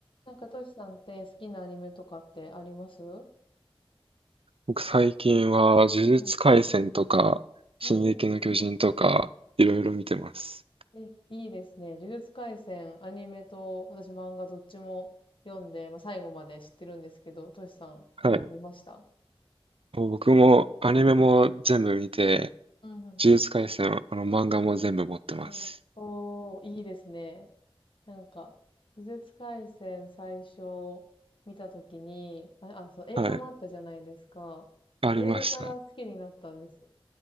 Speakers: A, on the left; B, on the right.
A: なんか、トシさんって好きなアニメとかってありますうん
B: 僕最近は呪術廻戦とか、
A: うん
B: 進撃の巨人とか、
A: うん。
B: いろいろ見てます。
A: うん。え、いいですね。呪術廻戦、アニメと、私漫画どっちも読んで、まあ、最後まで知ってるんですけど、トシさんも見ました
B: はい。もう僕もアニメも全部見て、
A: うんうん。
B: 呪術廻戦、あの漫画も全部持ってます。
A: うんおー、いいですね。なんか、呪術廻戦最初見たときに、あ、あ、そう、映画もあったじゃないですか。
B: はい。ありました。
A: 映画から好きになったんですよ。